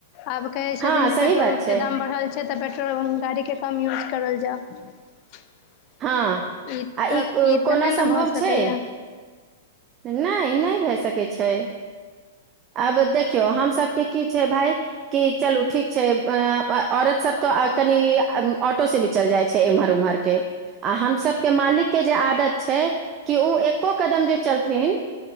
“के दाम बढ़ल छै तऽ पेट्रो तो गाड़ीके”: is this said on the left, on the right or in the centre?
Left